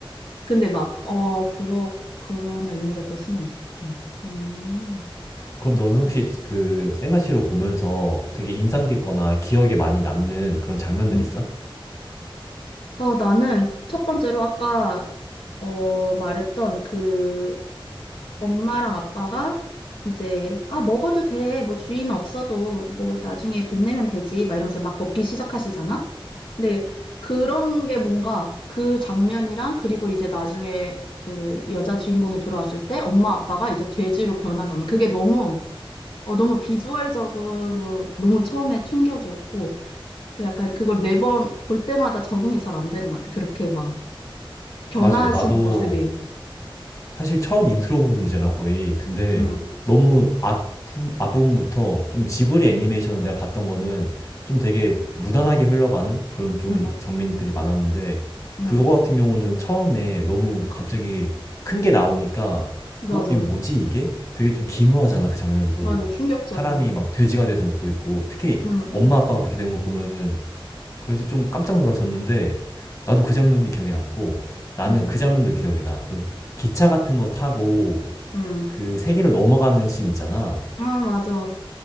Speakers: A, on the left (about 65°); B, on the left (about 35°).
A: 근데 막, 어, 그러, 그런 의미가 또 숨어 있어. 음, 음,
B: 그럼
A: 그렇구나.
B: 너는 혹시 그 생가시로 보면서 되게 인상 깊거나 기억에 많이 남는 그런 장면들
A: 음.
B: 있어?
A: 아, 나는 첫 번째로 아까 어, 말했던 그 엄마랑 아빠가 이제 아 먹어도 돼. 뭐 주인 없어도 뭐 나중에 돈 내면 되지. 막 이러면서 막 먹기 시작하시잖아. 근데 그런 게 뭔가 그 장면이랑 그리고 이제 나중에 그 여자 주인공이 돌아왔을 때 엄마 아빠가 이제 돼지로 변한 장면. 그게 너무 어 너무 비주얼적으로 너무 처음에 충격이었고 그 약간 그걸 매번 볼 때마다 적응이 잘 안 되는 것 같아. 그렇게 막 변하신
B: 맞아. 나도
A: 아, 모습이.
B: 사실 처음 인트로 부분이잖아, 거의. 근데
A: 응,
B: 너무 앞, 앞부분부터 좀 지브리 애니메이션을 내가 봤던 거는 좀 되게 무난하게 흘러가는 그런 좀
A: 응,
B: 장면들이 많았는데
A: 응,
B: 그거 같은 경우는 처음에 너무 갑자기 큰 게 나오니까
A: 맞아.
B: 어, 이거 뭐지 이게? 되게 좀 기묘하잖아, 그 장면도.
A: 맞아, 충격적이야.
B: 사람이 막 돼지가 돼서 먹고 있고 특히
A: 응,
B: 엄마
A: 응,
B: 아빠가 그렇게 된 걸 보면은 그래서 좀 깜짝 놀랐었는데 나도 그 장면이 기억에 남고 나는
A: 응,
B: 그 장면도 기억이 나. 그 기차 같은 거 타고
A: 응.
B: 그 세계로 넘어가는 씬 있잖아.
A: 아, 맞아.